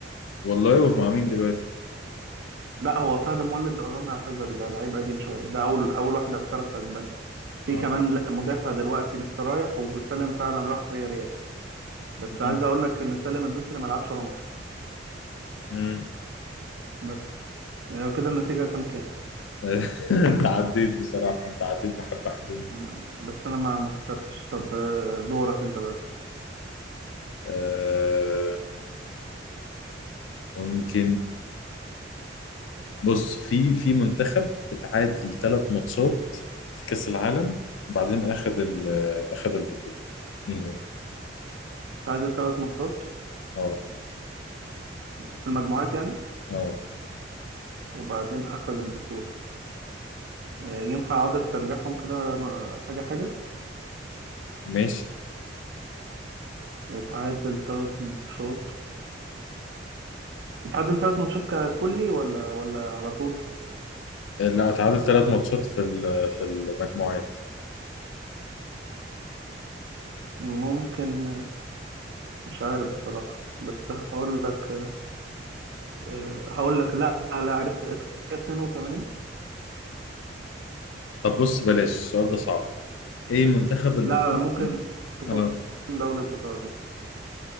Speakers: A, on the left (about 85°); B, on the right (about 65°).
A: والله ومع مين دلوقتي
B: لا هو فهد مولد اظن اعتزل ده لعيب قديم شويه ده اول اول واحد احترف في اسبانيا في
A: اه
B: كمان ل- مدافع دلوقتي لسه رايح وسالم فعلا راح فيا ريال بس
A: مم.
B: عايز اقول لك ان سالم الدوسري ما لعبش ولا ماتش
A: مم.
B: بس يعني كده النتيجه كام كام
A: <laughs> انت عديت بصراحة انت عديت بحبة حلوين
B: أنا- بس انا ما ما حسبتش طب آه، دورك انت بقى
A: آه ممكن بص في في منتخب اتعادل ثلاث ماتشات في كأس العالم بعدين اخذ ال- اخذ البطولة مين هو؟
B: تعادل ثلاث ماتشات
A: اه
B: في المجموعات يعني
A: اه
B: وبعدين اخذ البطوله آه، ينفع اقعد استرجعهم كده آه، حاجه حاجه
A: ماشي
B: آه، تعادل ثلاث ماتشات تعادل ثلاث ماتشات ككلي ولا ولا على طول
A: لا اتعادل ثلاث ماتشات في ال- في المجموعات
B: ممكن مش عارف بصراحة بس هقول لك آه، هقول لك لا لا عرفت إيطاليا 82
A: طب بص بلاش السؤال ده صعب ايه المنتخب الافريقي
B: لا ممكن تكون
A: اه
B: دولة إيطاليا